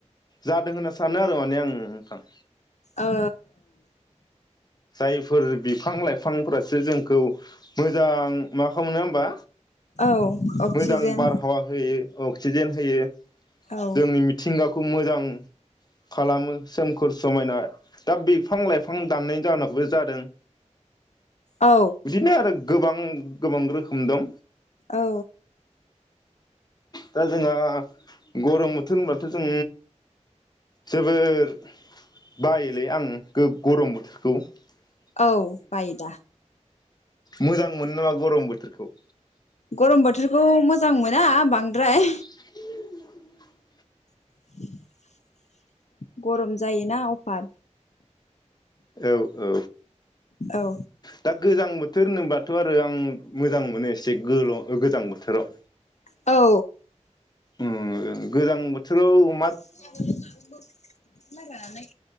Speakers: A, on the left; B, on the left.
A: जादों होनना सानो आरो माने आं नोंथां।
B: औ।
A: जायफोर बिफां -लाइफांफोरासो जोंखौ मोजां मा खालामनो होमबा?
B: औ अक्सिजेन
A: मोजां बारहावा होयो अक्सिजेन होयो
B: औ
A: जोंनि मिथिंगाखौ <unintelligible> मोजां खालामो सोमखोर समायना दा बिफां -लाइफां दाननाय जाउनावबो जादों।
B: औ
A: बिदिनो आरो गोबां -गोबां रोखोम दं।
B: औ
A: दा जोंहा गरम बोथोर होनब्लाथ' जों जोबोर बायोलै आं गरम बोथोर <unintelligible>
B: औ बायो दा।
A: मोजां मोनो नामा गरम बोथोरखौ?
B: गरम बोथोरखौ मोजां मोना बांद्राय
A: <unintelligible>
B: <unintelligible> गरम जायोना अफार
A: औ औ
B: औ
A: दा गोजां बोथोर होनोबाथ' आरो आं मोजां मोनो एसे गोल- गोजां बोथोराव।
B: औ
A: उम गोजां बोथोराव मा
B: <unintelligible> ख्रानाय